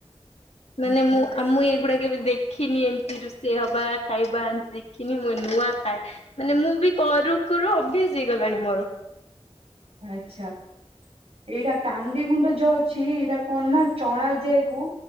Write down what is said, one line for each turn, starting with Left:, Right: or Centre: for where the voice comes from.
Left: ମାନେ
Right: ଆଚ୍ଛା
Left: ମୁଁ ଆ ମୁଁ ଏଇଗୁଡାକ କେବେ ଦେ ଖିନି ଏମତି ରୁଷେଇ ହେବା ଖାଇବା ଏମତି ଦେଖିନି ମୁଁ ନୁଆ ଖାଏ। ମାନେ ମୁଁ ବି କରୁ କରୁ ଅଭ୍ୟାସ ହେଇଗଲାଣି ମୋର।
Right: ଆଚ୍ଛା। ଏଇଟା କାନ୍ଦି ଗୁଣ୍ଡ ଯୋ ଅଛି ଏଇଟା କଣ ନା ଚଣା ଯାଏକୁ